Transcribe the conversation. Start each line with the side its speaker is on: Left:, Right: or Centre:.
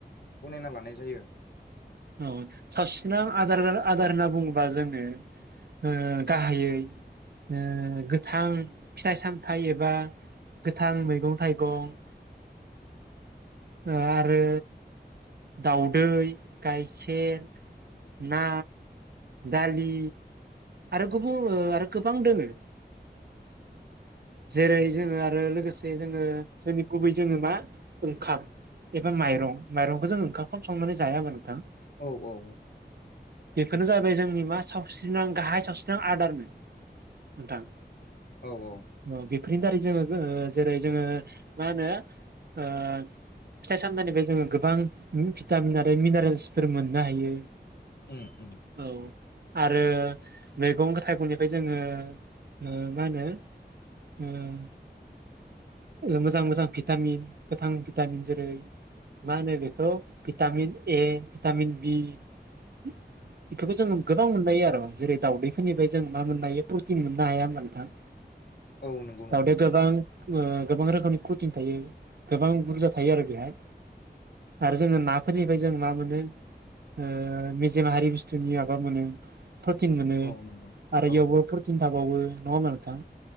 Left: गनायना लानाय जायो?
Right: औ सावस्रिनां आदार आदार होनना बुङोबा जोङो ओ गाहायै ओ गोथां फिथाइ सामथाइ एबा गोथां मैगं थाइगं ओ आरो दाउदै, गाइखेर, ना, दालि आरो गुबुन आरो गोबां दोङो। जेरै जोङो आरो लोगोसे जोङो जोंनि गुबै जोङो मा ओंखाम एबा माइरं माइरंखौ जों ओंखामखौ संनानै जाया होबा नोंथां।
Left: औ औ औ
Right: बेफोरनो जाबाय जोंनि मा सावस्रिनां गाहाय सावस्रिनां आदारनो नोंथां।
Left: औ औ
Right: अ बेफोरनि दारै जोङो ओ जेरै जोङो मा होनो ओ फिथाइ सामथाइनिफ्राय जोङो गोबां भिटामिन आरो मिनारेल्सफोर मोननो हायो।
Left: उम उम
Right: औ आरो मैगं थाइगंनिफ्राय जोङो ओ मा होनो ओम मोजां मोजां भिटामिन गोथां भिटामिन जेरै मा होनो बेखौ भिटामिन ए भिटामिन बि बेफोरखौ जों गोबां मोननाय हायो आरो जेरै दावदैफोरनिफ्राय जों मा मोननो हायो प्रटिन मोननो हाया होमबा नोंथां।
Left: औ नंगौ नोंथां।
Right: दावदैया गोबां ओ गोबां रोखोमनि कुटिं थायो गोबां बुरजा थायो आरो बेहाय आरो जोङो नाफोरनिफ्राय जों मा मोनो ओ मेजेम हारि बुस्थुनि माबा मोनो। प्रटिन मोनो
Left: औ नंगौ
Right: आरो
Left: औ
Right: इयावबो
Left: औ
Right: प्रटिन थाबावो नङाहोनबा नोंथां।